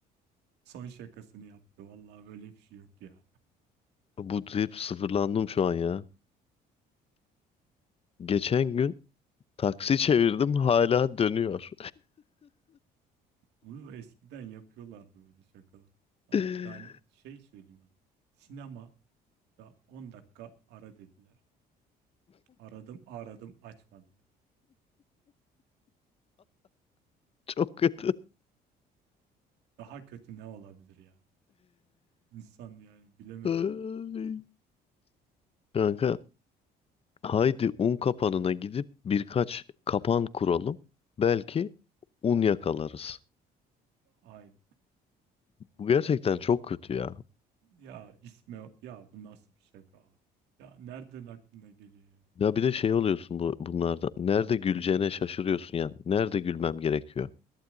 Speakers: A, on the right; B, on the left.
A: Son şakasını yaptı. Vallahi böyle bir şey yok ya.
B: Bu hep sıfırlandım şu an ya. Geçen gün taksi çevirdim hala dönüyor.
A: Bunu eskiden yapıyorlardı böyle şakalar. Lan
B: <laughs>
A: bir tane şey söyleyeyim o zaman. Sinemada 10 dakika ara dediler. Aradım aradım açmadılar.
B: Çok kötü.
A: Daha kötü ne olabilir ya? İnsan yani bilemedim.
B: Ay. Kanka haydi un kapanına gidip birkaç kapan kuralım. Belki un yakalarız.
A: Ay
B: Bu gerçekten çok kötü ya.
A: ya isme ya bu nasıl bir şaka abi? Ya nereden aklına geliyor ya?
B: Ya bir de şey oluyorsun bu bunlarda. Nerede güleceğine şaşırıyorsun yani. Nerede gülmem gerekiyor?